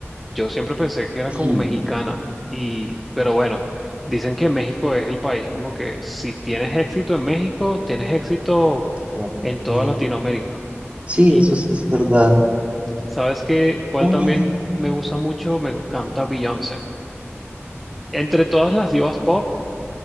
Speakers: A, in the centre; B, on the right.
A: Yo siempre pensé que era
B: Sí,
A: como mexicana, y, pero bueno, dicen que México es el país como que si tienes éxito en México, tienes éxito
B: sí, no,
A: en toda
B: mm,
A: Latinoamérica.
B: sí,
A: Y
B: eso sí es verdad.
A: ¿sabes qué? ¿Cuál
B: Mm,
A: también me gusta mucho? Me encanta Beyoncé. Entre todas las divas pop.